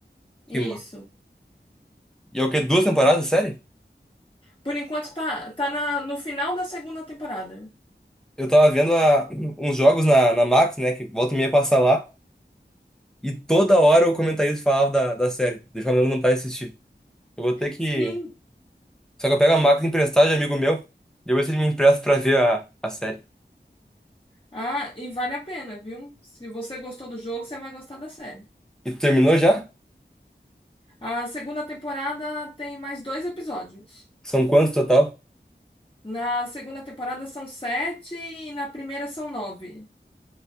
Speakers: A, in the centre; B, on the left (about 30°).
A: Que
B: Isso.
A: massa. E é o quê? Duas temporadas, série?
B: Por enquanto tá, tá na, no final da segunda temporada.
A: Eu tava vendo a- uns jogos na, na Max, né? Que volta e meia passar lá. E toda hora o comentarista falava da, da série. deixa eu dando vontade de assistir. Eu vou ter que.
B: Sim.
A: Só que eu pego a máquina emprestada de amigo meu. Depois ele me empresta pra ver a, a série.
B: Ah, e vale a pena, viu? Se você gostou do jogo, você vai gostar da série.
A: E tu terminou já?
B: A segunda temporada tem mais dois episódios.
A: São quantos total?
B: Na segunda temporada são sete e na primeira são nove.